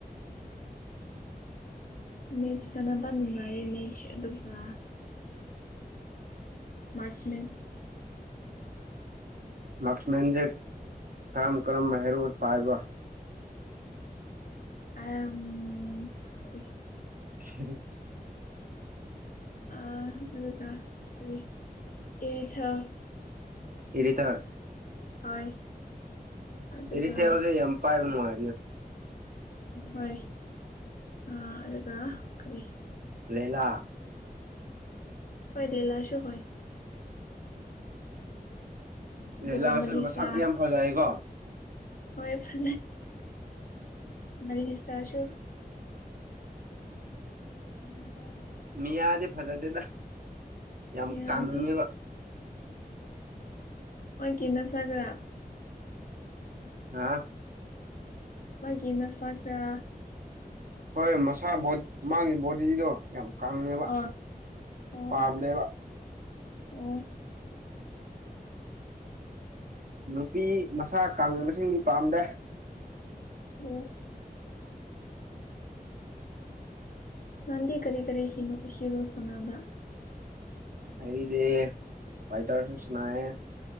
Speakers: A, on the left; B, on the right.
A: ꯃꯦꯦꯛꯁ ꯁꯥꯟꯅꯕ ꯅꯨꯡꯉꯥꯏꯌꯦ ꯃꯦꯛꯠꯁ ꯑꯗꯨꯒ ꯃꯥꯔꯁꯃꯦꯟ
B: ꯃꯁ ꯃꯟꯖꯦ ꯀꯥꯝ ꯀ꯭ꯔꯝ ꯃꯦꯍꯔꯣ ꯄꯥꯜꯕ
A: ꯑ
B: ꯎ
A: ꯑ ꯑꯗꯨ ꯆꯔꯤ ꯑꯩꯊ
B: ꯏꯔꯤꯊꯔ
A: ꯍꯣꯏ ꯑꯗꯨꯒ
B: ꯑꯦꯔꯤꯁꯤ ꯍꯧꯖꯤ ꯑꯝꯄꯥꯏꯕꯅꯅꯨꯡꯉꯔꯗ
A: ꯍꯣꯏ ꯑ ꯀꯔꯤ
B: ꯂꯩꯂꯥ
A: ꯍꯣꯏ ꯂꯂꯥꯁꯣ ꯍꯣꯏ ꯑꯗꯨꯒ
B: ꯂꯤꯂꯥꯁꯦ
A: ꯃꯂꯤꯁꯥ
B: ꯃꯁꯛ ꯌꯥꯝ ꯐꯖꯩꯀꯣ
A: ꯍꯣꯏ ꯐ ꯃꯔꯔꯤ ꯁꯥꯁꯨꯣ ꯎꯝ
B: ꯃꯤ ꯌꯥꯗꯤꯦ ꯐꯖꯗꯦꯗ ꯌꯥꯝ
A: ꯌꯥꯗꯦ
B: ꯀꯥꯅꯤꯡꯉꯦꯕ <unintelligible>
A: ꯋꯥ ꯀꯅ ꯁꯥꯒ꯭ꯔꯥ
B: ꯍꯥꯥ
A: ꯃꯥꯒꯤꯅ ꯁꯥꯒ꯭ꯔꯥ
B: ꯍꯣꯏ ꯃꯁꯥ ꯣ ꯃꯥꯒꯤ ꯕꯣꯗꯤꯗꯣ ꯌꯥꯝ ꯀꯪꯉꯦꯕ
A: ꯑ ꯑꯣ
B: ꯄꯥꯝꯗꯦꯕ
A: ꯑꯣ
B: ꯅꯨꯄꯤ ꯃꯁꯥ ꯀꯉꯕꯁꯤꯡꯒꯤ ꯄꯥꯝꯗꯦ
A: ꯑꯣ ꯅꯥꯟꯗꯤ ꯀꯔꯤ ꯀꯔꯤ ꯍꯅꯣ ꯍꯤꯔꯣ ꯁꯅꯥꯕ
B: ꯑꯩꯗ ꯐꯥꯏ ꯊꯔꯁꯨ ꯁꯅꯥꯌꯦ